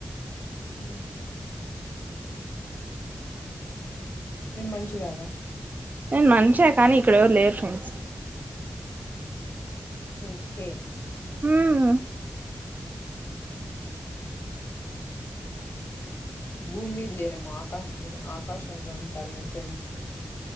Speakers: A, on the left; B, on the right.
A: ఉమ్ మీరు మనిషి గాదా
B: నేను మనిషే కానీ ఇక్కడ ఎవరు లేరు ఫ్రెండ్స్
A: ఓకే
B: ఉమ్మ్
A: భూమీద లేరేమో ఆకాశ్ ఆకాశంలో ఉంటారు మీ ఫ్రెండ్స్